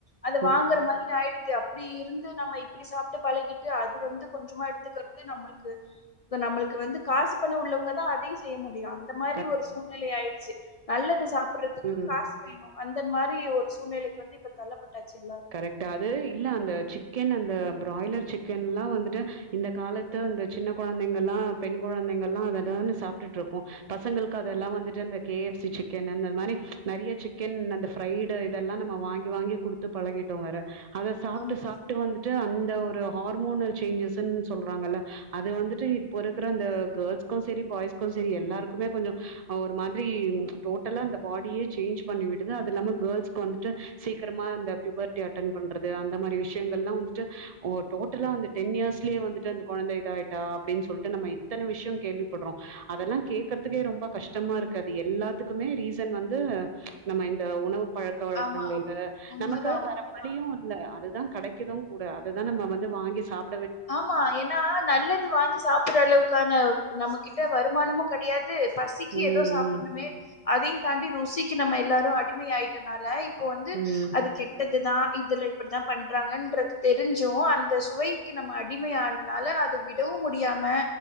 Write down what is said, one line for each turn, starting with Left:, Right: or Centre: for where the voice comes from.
Left: அத
Right: ம்
Left: வாங்குற மாரி ஆயிடுது அப்டி இருந்து நம்ம இப்படி சாப்ட்டு பழகி ட்டு அது வந்து கொஞ்சமா எடுத்துக்றது நம்மளுக்கு இப்ப நம்மளுக்கு வந்து காசு பணோ உள்ளவங்கதா அதையு செய்ய முடியு அந்த மாரி
Right: கரெக்ட்
Left: ஒரு சூழ்நிலை ஆயிடுச்சு நல்லது சாப்பட்றதுக்கு
Right: ம்
Left: காசு வேணு அந்த மாரி ஒரு சூழ்நிலைக்கு வந்து இப்ப தள்ளப்பட்டாச்சு இல்ல
Right: கரெக்டா அது இல்ல அந்த சிக்கன் அந்த பிராய்லர் சிக்கன்லா வந்துட்டு இந்த காலத்து இந்த சின்ன கொழந்தைங்கள்லா பெண் கொழந்தைங்கள்லா அத டான் சாப்டுட்டுருக்கோ பசங்களுக்கு அதெல்லா வந்துட்டு அந்த கே எஃப் சி சிக்கன் அந்த மாரி நறைய சிக்கன் அந்த ப்ரைடு இதெல்லா நம்ம வாங்கி வாங்கி குடுத்து பழகிட்டோ வேற அத சாப்பிட்டு
Left: ஆமா
Right: சாப் ட்டு வந்துட்டு அந்த ஒரு ஹார்மோனல் சேஞ்சஸ்னு சொல்றாங்கல்ல அது வந்துட்டு இப்போ இருக்குற அந்த கேர்ள்ஸ்கு சரி பாய்ஸ்க்கு சரி எல்லாருக்குமே கொஞ்சோ ஒரு மாதிரி டோட்டலா அந்த பாடியே சேஞ்ச் பண்ணி விடுது அது இல்லாம கேர்ள்ஸ்க்கு வந்துட்டு சீக்கிரமா இந்த பிபர்ட்டி அட்டன் பண்றது அந்த மாரி விஷயங்கள் எல்லா வந்துட்டு டோட்டலா அந்த டென் இயர்ஸ்லயே வந்துட்டு அந்த கொழந்தை இதாயி டா அப்டின் சொல்ட்டு நம்ம இத்தன விஷயோ கேள்விப்பட்றோ அதெல்லா கேக்றதுக்கே ரொம்ப கஷ்டமா இருக்கு அது எல்லாத்துக்குமே ரீசன் வந்து நம்ம இந்த உணவு பழ க்க வழக்கங்களு
Left: ஆமா உண்மதா
Right: நமக்கு வேற
Left: உண்மதா
Right: வழியு இல்ல அதுதா கடைக்கது கூட அததா நம்ம வந்து வாங்கி சாப்
Left: ஆமா ஏன்னா நல்லது வாங்கி சாப்டுற அளவுக்கான நம்ம கிட்ட வருமானமு கெடையாது பசிக்கு
Right: ம்
Left: ஏதோ சாப்புண்ணுமே அதையு தாண்டி ருசிக்கு நம்ம எல்லாரு அடிம ஆயிட்டனால இப்போ வந்து
Right: ம் ம்
Left: அது கெட்டதுதா இதுல இப்டிதா பண்றாங்கன்றது தெரிஞ்சு அந்த சுவை க்கு நம்ம அடிம ஆனனால அத விடவு முடியாம